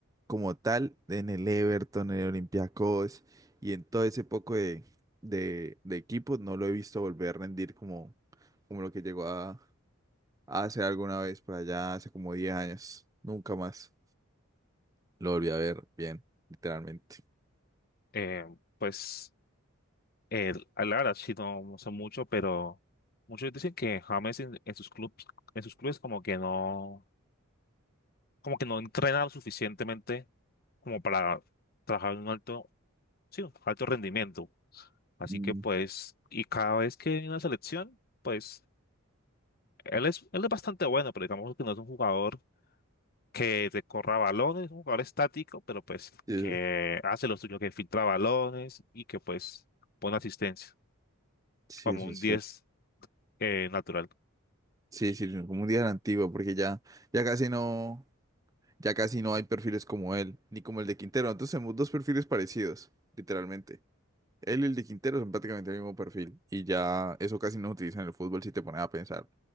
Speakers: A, on the right; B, on the left.
A: como tal, en el Everton, en el Olympiacos. Y en todo ese poco de, de, de equipos no lo he visto volver a rendir como, como lo que llegó a, a hacer alguna vez por allá hace como 10 años. Nunca más lo volví a ver bien, literalmente.
B: Eh, pues. El, la verdad, sí, no no sé mucho, pero muchos dicen que James en, en sus clubes, en sus clubes como que no, como que no entrena lo suficientemente como para trabajar en un alto, sí, un alto rendimiento. Así
A: Mm,
B: que pues, y cada vez que viene a la selección, pues, él es, él es bastante bueno, pero digamos que no es un jugador que te corra balones, es un jugador estático, pero pues
A: Eh,
B: que hace lo suyo, que filtra balones y que pues pone asistencia,
A: Sí,
B: como
A: eso
B: un
A: es
B: 10
A: cierto.
B: eh, natural.
A: Sí, sí, no, como un día era antiguo, porque ya, ya casi no, ya casi no hay perfiles como él, ni como el de Quintero. Entonces tenemos dos perfiles parecidos, literalmente. Él y el de Quintero son prácticamente el mismo perfil y ya eso casi no se utiliza en el fútbol si te pones a pensar.